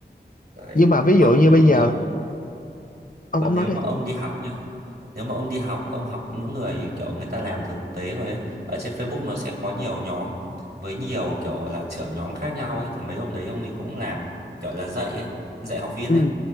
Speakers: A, on the right (about 60°); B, on the left (about 50°).
A: đấy
B: nhưng mà ví
A: còn
B: dụ như bây giờ
A: nếu
B: ông
A: còn
B: ông nói
A: nếu
B: đi
A: mà ông đi học nhá nếu mà ông đi học ông học những người kiểu người ta làm thực tế rồi ấy ở trên Facebook nó sẽ có nhiều nhóm với nhiều kiểu là trưởng nhóm khác nhau ấy thì mấy ông đấy ông ấy cũng làm kiểu là dạy ấy dạy học viên
B: ừ
A: ấy